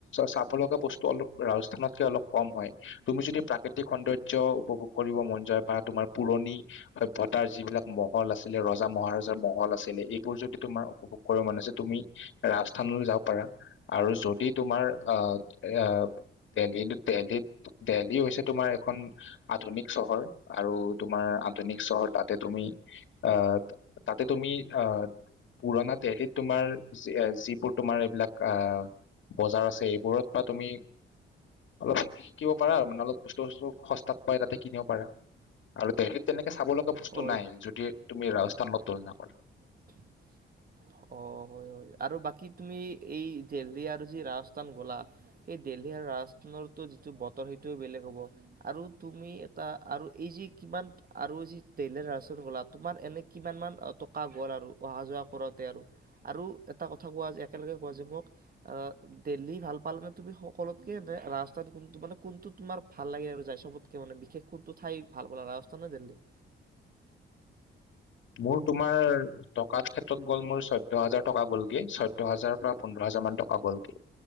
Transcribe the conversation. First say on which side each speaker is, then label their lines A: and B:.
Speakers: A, on the left; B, on the right.
A: চাব লগা বস্তু অলপ ৰাজ অলপ কম হয়, তুমি যদি প্ৰাকৃতিক সৌন্দৰ্য উপভোগ কৰিব মন যায় বা তোমাৰ পুৰণি সভ্যতাৰ যিবিলাক মহল আছিলে, ৰজা মহাৰজাৰ মহল আছিলে, এইবোৰ যদি তোমাৰ উপভোগ কৰিব মানে যে, তুমি ৰাজস্থানলৈ যাব পাৰা আৰু যদি দি তোমাৰ আহ এ দিল্লী দিল্লী হৈছে, তোমাৰ এখন আধুনিক চহৰ আৰু তোমাৰ আধুনিক চহৰ তাতে তুমি আহ, তাতে তুমি অ, পুৰণা দিল্লীত তোমাৰ যিবোৰ তোমাৰ এইবিলাক আহ বজাৰ আছে, এইবোৰত বা তুমি অলপ শিকিব পাৰা আৰু মানে অলপ বস্তু, বস্তু সস্তাত পাই। তাতে কিনিব পাৰা আৰু দিল্লীত। তেনেকে চাব লগা বস্তু
B: হয়
A: নাই যদি তুমি ৰাজস্থানৰ লগত, তুলনা কৰা
B: <inaudible> অ, হয়, হয় আৰু বাকী তুমি এই দিল্লী আৰু যি ৰাজস্থান গ'লা। এই দিল্লী আৰু ৰাজস্থানৰ যিটো বতৰ সেইটো বেলেগ হ'ব। আৰু তুমি এটা আৰু এই যি কিমান আৰু এই যি দিল্লী আৰু ৰাজপুত গ'লা তোমাৰ এনে কিমান মান টকা টকা গ'ল আৰু অহা যোৱা কৰোঁতে আৰু আৰু এটা কথা কোৱা যে একেলগে কোৱা যে মোক অ দিল্লী ভাল পালে নে, তুমি সকলোকে ৰাস্তাত কোনটো মানে কোনটো তোমাৰ ভাল লাগে আৰু যাই চবত কে থাকিবলে বিশেষ কোনটো ঠাই ভাল বোলা ৰাজস্থান না দিল্লী।
A: মোৰ তোমাৰ টকা ক্ষেত্ৰত গ'ল মোৰ সত চৈধ্য হাজাৰ টকা গল গে চৈধ্য হাজাৰ পৰা পোন্ধৰ হাজাৰ মান টকা গলগে।